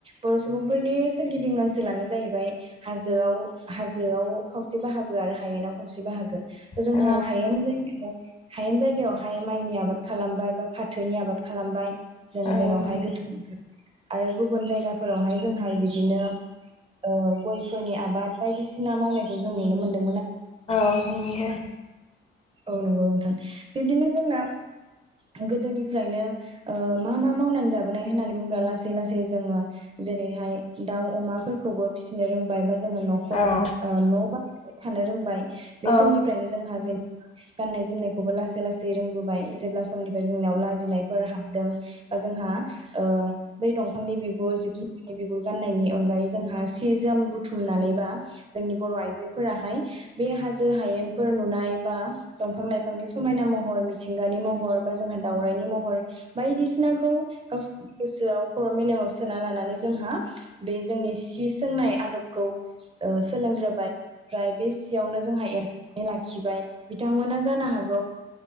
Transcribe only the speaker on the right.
बर' सुबुंफोरनि सोरगिदिं ओनसोलानो जाहैबाय हाजोआव हाजोआव खावसे बाहागो आरो हायेनाव खावसे बाहागो। जोंहा
हायेन जायगायाव। हायेन जायगायावहाय माइनि आबाद खालामबाय बा फाथोनि आबाद खालामबाय। जों
जेरावहाय
गोथौ आरो गुबुन जायगा। फोरावहाय जोंहा बिदिनो। ओ गय'फोरनि आबाद बायदिसिना मावनायखौ जों नुनो मोनदों!
औ नंगौ नोंथां बिब्दिनो जोंना। गोदोनिफ्रायनो ओ मा मा मावनानै जाबोनाय होननानै बुङोब्ला लासै लासै जोङो जेरैहाय दाउ अमाफोरखौबो फिसिनो रोंबाय जोङो न'खर
ओ न' बां थानो रोंबाय। बे
समनिफ्रायनो जोंहा जेन गाननाय जोमनायखौबो लासै लासै रोंबोबाय जेब्ला। समनिफ्राय जोंनियाव लाजिनायफोर हाबदों बा जोंहा ओ। बै दंफांनि बिगुर जिब। बिगुर गाननायनि अनगायै जोंहा सि जोम बुथुमनानै बा जोंनि बर' आइजोफोराहाय बे हाजो हायेनफोर नुनाय बा दंफां लाइफांनि समायना महर मिथिंगानि महर बा जोंहा दाउरायनि महर। बायदिसिनाखौ गाव। गोसोआव खर मेलेमाव सोना लानानै जोंहा बे जोंनि सि सोंनाय आदबखौ ओ सोलोंग्रोबाय ओमफ्राय बे सियावनो जोंहा एर लाखिबाय। बिथांमोना जानो हागौ।